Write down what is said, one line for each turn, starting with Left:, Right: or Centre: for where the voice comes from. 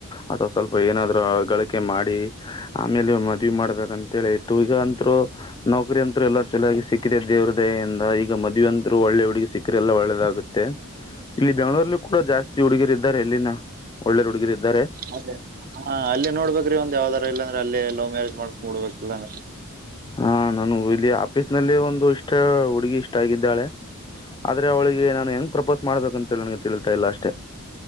Left: ಅಥವಾ ಸ್ವಲ್ಪ ಏನಾದ್ರು ಗಳಿಕೆ ಮಾಡಿ. ಆಮೇಲೆ ಮದ್ವಿ ಮಾಡ್ಬೇಕಂತ ಹೇಳಿ ಇತ್ತು ಈಗ ಅಂತ್ರು ನೌಕರಿ ಅಂತ್ರು ಎಲ್ಲ ಚಲಾಗಿ ಸಿಕ್ಕಿದೆ ದೇವ್ರ ದಯೆಯಿಂದ ಈಗ ಮದುವೆ ಅಂತ್ರು ಒಳ್ಳೆ ಹುಡುಗ ಸಿಕ್ಕ್ರ ಎಲ್ಲ ಒಳ್ಳೆದಾಗ ಗುತ್ತೆ, ಇಲ್ಲಿ ಬೆಂಗಳೂರ್ಲ್ಲಿ ಕೂಡ ಜಾಸ್ತಿ ಹುಡುಗೀರು ಇದ್ದಾರೆ ಎಲ್ಲಿನ ಒಳ್ಳೆರ್ ಹುಡುಗಿರು ಇದ್ದಾರೆ.
Right: ಅದೇ ಹಾ ಅಲ್ಲಿ ನೋಡ್ಬೇಕ್ರೀ ಒಂದ ಯಾವ್ದಾರ ಇಲ್ಲ ಅಂದ್ರೆ ಅಲ್ಲಿ ಲವ್ ಮ್ಯಾರೇಜ್ ಮಾಡಕೊಂಡು ಬಿಡ್ಬೇಕು ಇಲ್ಲಾಂದ್ರೆ.
Left: ಹಾ ನಾನು ಇಲ್ಲಿ ಆಫೀಸ್ ನಲ್ಲಿ ಒಂದು ಇಷ್ಟ ಹುಡುಗಿ ಇಷ್ಟ ಆಗಿದ್ದಾಳೆ. ಆದ್ರೆ ಅವಳಿಗೆ ನಾನು ಹೆಂಗ್ ಪ್ರಪೋಸ್ ಮಾಡ್ಬೇಕಂತ ಹೇಳಿ ನನಗೆ ತಿಳಿತಾ ಇಲ್ಲ ಅಷ್ಟೇ.